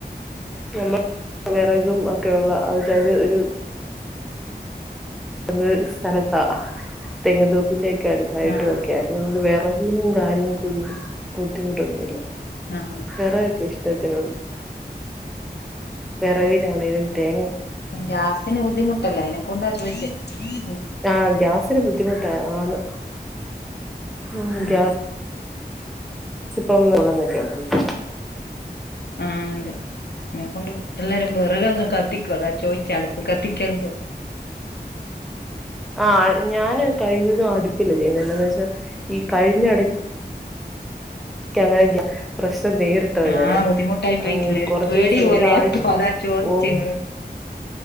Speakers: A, in the centre; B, on the left.
A: നമ്മ വെറകും ഓക്കേ ഒള്ള. അതത് ഒരു ഒര് സ്ഥലത്താ തെങ്ങ്ന്തോപ്പിന്റെക്കെടുത്തായിട്ടൊക്കെ
B: ആ
A: അപ്പമുക്ക് വെറക് നും കാര്യങ്ങക്കൊന്നും ബുദ്ധിമുട്ടൊന്നുല്ല.
B: ആ
A: വെറകൊക്കെ ഇഷ്ടത്തിന്ണ്ട് വെറകില്ലാ തളയും തേ
B: മ് ഗ്യാസിന് ബുദ്ധിമുട്ടല്ലെ ഐനെക്കൊണ്ടാ ചോയ്ച്ചെ ഉം.
A: ആഹ് ഗ്യാസിന് ബുദ്ധിമുട്ട ആണ് മ്
B: ഉം
A: ഗ്യാസ് ഇപ്പംള്ളുന്നൊക്കെണ്ടല്ലോ.
B: ആഹ് ണ്ട് ഐനെക്കൊണ്ട് എല്ലാരും വെറകങ്ങ്കത്തിക്കാ അതാ ചോയ്ച്ചാ അടുപ്പ് കത്തിക്കെണ്ട
A: ആ ഞാന് കഴിവതും അടുപ്പിൽ <unintelligible> ന്നുവെച്ചാ ഈ കഴിഞ്ഞടക് ക്കണെയ്ന്റെയ. പ്രശ്നം നേരിട്ടത്
B: ആഹ്
A: ഞാന്
B: ബുദ്ധിമുട്ടായി പോയിക്കില്ലേ
A: ആ
B: ഒരു
A: കൊറച്ചൂസം
B: പേടി പോലെ
A: ഒരാഴ്ച
B: അപ്പൊ അതാ ചോദിച്ചേ
A: ഓ
B: ഇങ്ങളോട്